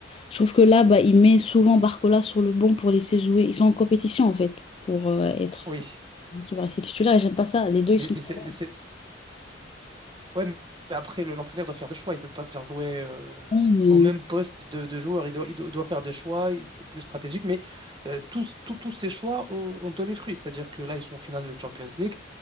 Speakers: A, on the left (about 30°); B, on the right (about 25°).
A: Je trouve que là, bah, il met souvent Barcola sur le banc pour laisser jouer. Ils sont en compétition en fait, pour euh, être
B: Oui.
A: celui qui va rester titulaire. Et j'aime pas ça. Les deux, ils
B: Mais,
A: sont très
B: mais
A: bons,
B: c'est- Ouais, mais après, le- l'entraîneur doit faire des choix. Il peut pas faire jouer euh,
A: mais
B: au même poste de, de joueurs. Il doit, il doit, il doit faire des choix. il- C'est plus stratégique. Mais euh, tous, tous tous ces choix ont, ont donné fruit. C'est-à-dire que là, ils sont en finale de Champions League.